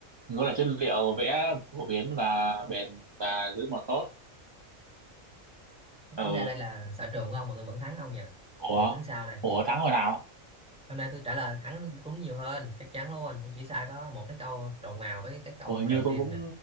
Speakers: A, on the right; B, in the centre.
A: gỗ là chất liệu vẽ phổ biến và bền và giữ màu tốt. Ừ.
B: tính ra đây là sở trường của ông mà tôi vẫn thắng ông nhỉ
A: Ủa?
B: giờ tính sao đây
A: Ủa thắng rồi nào?
B: hôm nay tôi trả lời thắng đúng nhiều hơn chắc chắn luôn tôi chỉ sai có một cái câu trầu mào với cái, cái câu
A: Ủa hình như
B: đầu
A: tôi
B: tiên
A: cũng
B: nè